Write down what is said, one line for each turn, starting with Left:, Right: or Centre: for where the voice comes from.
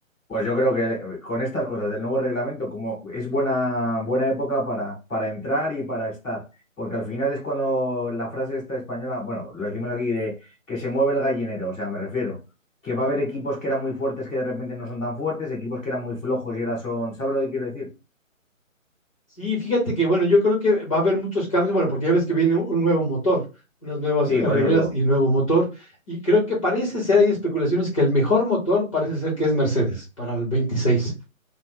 Centre: Pues yo creo que eh, con estas cosas del nuevo reglamento, como es buena, buena época para, para entrar y para estar, porque al final es cuando la frase esta española, bueno, lo decimos aquí de que se mueve el gallinero, o sea, me refiero, que va a haber equipos que eran muy fuertes que de repente no son tan fuertes, equipos que eran muy flojos y ahora son, ¿sabes lo que quiero decir?
Left: Sí, fíjate que bueno, yo creo que va a haber muchos cambios, bueno, porque ya ves que viene un un nuevo motor, unas nuevas
Centre: Sí,
Left: eh,
Centre: por
Left: reglas
Centre: eso digo,
Left: y nuevo motor, y creo que parece ser, hay especulaciones que el mejor motor parece ser que es Mercedes para el 26.